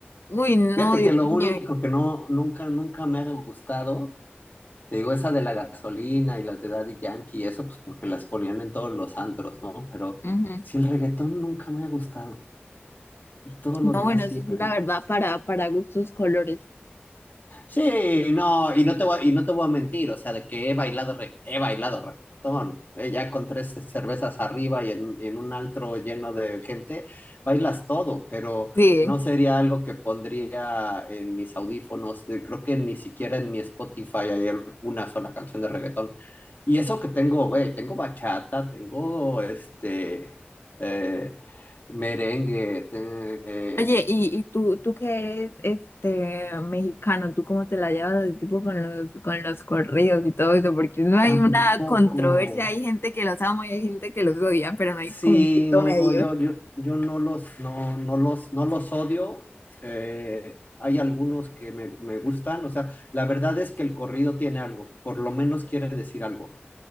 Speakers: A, on the left; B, on the left.
A: Uy, no,
B: Fíjate
A: Dios
B: que lo
A: mío.
B: único que no, nunca, nunca me ha gustado, te digo, esa de la gasolina y las de Daddy Yankee y eso, pues porque las ponían en todos los antros, ¿no? Pero
A: Ujú.
B: si el reggaetón nunca me ha gustado y todo lo
A: No,
B: demás
A: bueno,
B: sí,
A: eso
B: pero.
A: sí, la verdad, para, para gustos colores.
B: Sí, no, y no te voy, y no te voy a mentir, o sea, de que he bailado re- he bailado reggaetón, eh, ya con tres cervezas arriba y en, y en un altro lleno de gente, bailas todo, pero
A: Sí.
B: no sería algo que pondría en mis audífonos, eh, creo que ni siquiera en mi Spotify hay una sola canción de reggaetón. Y eso que tengo, güey, tengo bachata, tengo este eh, merengue, te-
A: Oye,
B: eh,
A: ¿y, y tú, tú que eres este mexicano? ¿Tú cómo te la llevas así, tipo con los, con los corridos y todo eso? Porque no hay
B: tampoco.
A: una controversia, hay gente que los ama y hay gente que los odia, pero no hay
B: Sí,
A: como un punto
B: no,
A: medio.
B: yo, yo, yo no los, no, no los, no los odio. Eh, hay algunos que me, me gustan. O sea, la verdad es que el corrido tiene algo, por lo menos quiere decir algo.